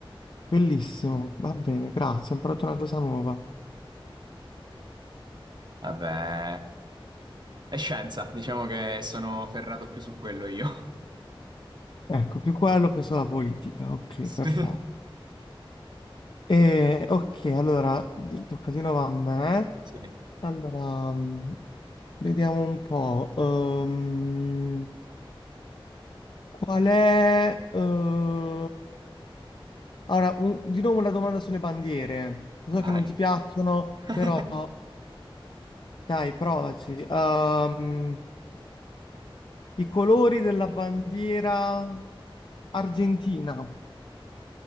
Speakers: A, on the left; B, on the right.
A: Bellissimo, va bene, grazie, ho imparato una cosa nuova.
B: Vabbè, è scienza, diciamo che sono ferrato più su quello io.
A: Ecco, più quello che sulla politica, ok,
B: <laughs>
A: perfetto.
B: Sì,
A: Eh, ok, allora, tocca di nuovo a me.
B: sì,
A: Allora, mm, vediamo un po'. ehm, Qual è... eh, Ora, un- di nuovo una domanda sulle bandiere. Lo
B: vai.
A: so che non ti piacciono,
B: <laughs>
A: però dai, provaci. Ehm, i colori della bandiera argentina.